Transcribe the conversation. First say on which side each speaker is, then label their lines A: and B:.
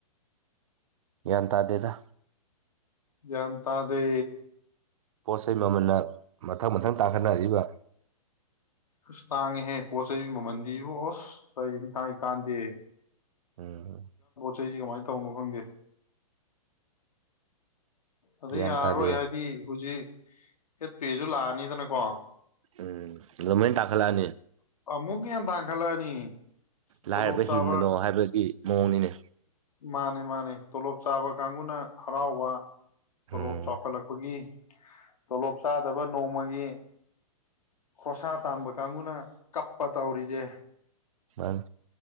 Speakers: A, on the right (about 60°); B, on the left (about 80°).
A: ꯌꯦ ꯇ ꯑꯗꯨꯗꯦꯗ
B: ꯟꯇꯥꯗ
A: ꯄꯣꯠ ꯆꯩꯩ ꯃꯃꯜꯟꯅ ꯃꯊꯪ ꯃꯊꯪ ꯇꯥꯡꯈꯠꯅꯔꯤꯕ
B: ꯑꯁ ꯇꯥꯡꯉꯦꯍꯦ ꯄꯣꯠ ꯆꯩ ꯃꯃꯜꯗꯤꯕ ꯑꯣꯁ ꯀꯅꯤ ꯍꯥꯏ ꯀꯥꯟꯗꯦ
A: ꯎꯝꯝ
B: ꯁꯤꯁꯤꯦ ꯀꯃꯥꯏꯅ ꯇꯧꯅꯣ ꯈꯪꯗꯦ ꯑꯗ
A: ꯒ꯭ꯌꯥꯟ
B: ꯌꯥꯔꯔꯣꯏ
A: ꯇꯥꯗꯦ
B: ꯍꯥꯏꯗꯤ ꯍꯧꯖꯤꯛ ꯑꯦ ꯄꯤꯖ ꯂꯥꯅꯤꯗꯅ ꯛꯋꯥ
A: ꯎꯝ ꯑꯗꯨꯃꯩꯅ ꯇꯜꯂꯅꯦ
B: ꯑꯃꯨꯛ ꯌꯦ ꯇꯥꯡꯈꯠꯂꯛꯑꯅꯤ ꯇꯂꯣꯞ
A: ꯂꯥꯏꯔꯕ
B: ꯆꯥꯕ
A: ꯍꯤꯡꯒꯅꯣ ꯍꯥꯏꯕꯒꯤ ꯃꯑꯣꯡꯅꯤꯅꯦ
B: ꯃꯥꯅꯦ ꯃꯥꯅꯦ ꯇꯣꯂꯣꯞ ꯆꯥꯕ ꯀꯥꯡꯕꯨꯅ ꯍꯔꯥꯎꯕ ꯇꯣꯂꯣꯞ
A: ꯎꯝ
B: ꯆꯥꯎꯈꯠꯂꯛꯄꯒꯤ ꯇꯣꯂꯣꯞ ꯆꯥꯗꯕ ꯅꯣꯡꯃꯒꯤ ꯃꯤ ꯈꯣꯁꯥ ꯇꯥꯟꯕ ꯀꯥꯡꯕꯨꯅ ꯀꯞꯄ ꯇꯧꯔꯤꯖꯦ
A: ꯃꯥꯅ